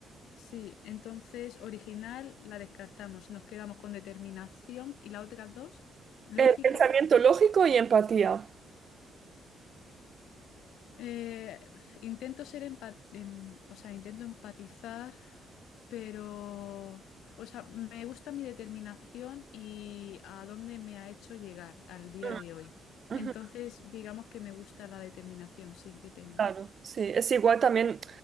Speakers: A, on the left; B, on the right.
A: Sí, entonces original la descartamos, nos quedamos con determinación y las otras dos, lógica.
B: El pensamiento lógico y empatía.
A: Eh, intento ser empa- em- o sea, intento empatizar, pero, o sea, me gusta mi determinación y a dónde me ha hecho llegar al día
B: Mm,
A: de hoy.
B: ujú,
A: Entonces, digamos que me gusta la determinación, sí, que tengo.
B: claro, sí, es igual también